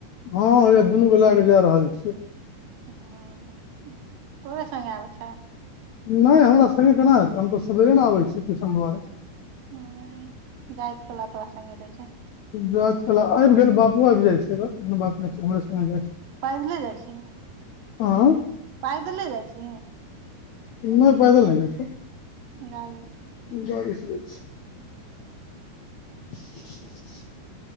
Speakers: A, on the left (about 75°); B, on the right (about 70°).
A: हँ उहेय दुनू कऽ लए कऽ जा रहल छियै
B: हऽ तोरे संगे आबे छय
A: नहि हमरा संगे केना ऐतै हम तऽ सवेरे ने आब छिए ट्यूशन दुआरे
B: ह जाइत कला थोड़ा संगे रहे छैय
A: जाइत कला आबि गेल बापो आबि जाइ छै एहन बात नहि छै हमरे से जाइ
B: पैदले जाइ छी?
A: आँ
B: पैदले जाइ छी?
A: नहि बैदल नहि जाय छै।
B: गाड़ी सँ
A: गाड़ी सँ जाय छैय <unintelligible>